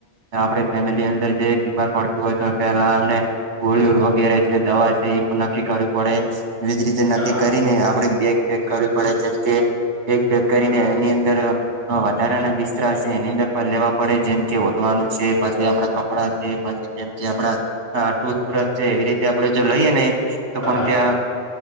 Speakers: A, on the right; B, on the left.
A: આપડે ફેમિલી અંદર જે બીમાર પડતું હોય તો પેલા એમને ગોળીઓ વગેરે છે, દવા છે, ઈ પન નક્કી કરવી પડે. ઈજ રીતે નક્કી
B: હા હા
A: કરીને આપડી બેગ પેક કરવી પડે છે. કે બેગ પેક કરીને એની અંદર. અં વધારાના બિસ્તરા છે એની અંદર પણ લેવા પડે, જેમ કે ઓઢવાનું છે, પછી આપડા કપ. કપડા છે, પછી જેમ કે આપડા ટુથબ્રશ છે, એવી રીતે આપણે જો લઈએ ને. તો પણ
B: હા હા હા હા હા હા હા હા હા હા હા હા
A: ત્યાં